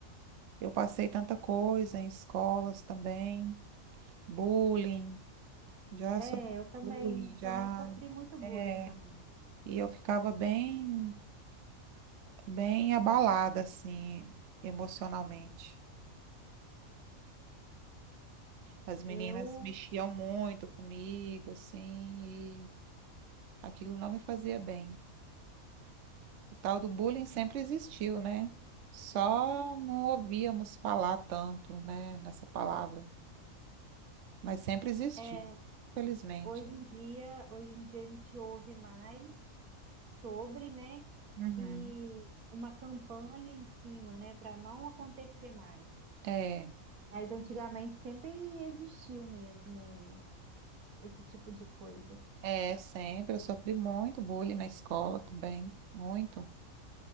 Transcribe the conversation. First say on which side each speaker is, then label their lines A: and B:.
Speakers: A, on the right (about 60°); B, on the right (about 85°).
A: Eu passei tanta coisa em escolas também, bullying. já
B: É,
A: sofri
B: eu também
A: bullying, já.
B: também sofri muito bullying
A: É,
B: também.
A: e eu ficava bem, bem abalada, assim, emocionalmente. As meninas
B: Eu
A: mexiam muito comigo, assim, e aquilo não me fazia bem. O tal do bullying sempre existiu, né? Só não ouvíamos falar tanto, né, nessa palavra, mas sempre existiu,
B: é,
A: felizmente.
B: hoje em dia, hoje em dia a gente ouve mais sobre, né?
A: Uhum.
B: E uma campanha em cima, né, para não acontecer mais.
A: É,
B: Mas antigamente sempre existiu mesmo esse tipo de coisa.
A: é, sempre. Eu sofri muito bullying na escola também, muito.